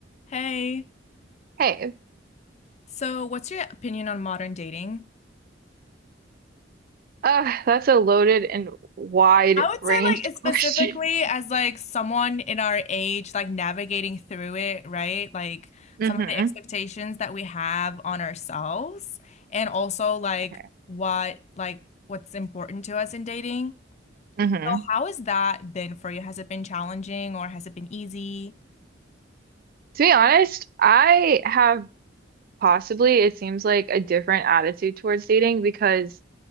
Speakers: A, on the left (about 35°); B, on the right (about 50°).
A: Hey,
B: Hey,
A: so what's your opinion on modern dating?
B: uh, <laughs> that's a loaded and wide-ranged
A: I would say like
B: <laughs> question.
A: specifically as like someone in our age like navigating through it, right? Like
B: hmm
A: some of the expectations that we have on ourselves and also like
B: Okay.
A: what like what's important to us in dating.
B: hmm
A: So how has that been for you? Has it been challenging or has it been easy?
B: To be honest, I have possibly, it seems like a different attitude towards dating because